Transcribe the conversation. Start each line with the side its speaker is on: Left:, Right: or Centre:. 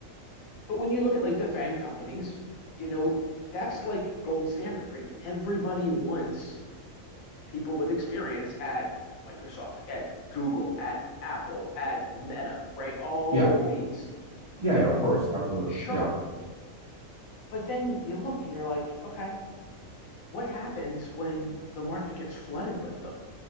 Left: But when you look at like the fang companies, you know, that's like gold standard, right? Everybody wants people with experience at Microsoft, at Google, at Apple, at Meta, right? All
Right: Yeah.
Left: of these.
Right: Yeah,
Left: important,
Right: yeah, of course. Absolutely.
Left: sure.
Right: Yeah.
Left: But then you look and you're like, okay, what happens when the market gets flooded with them?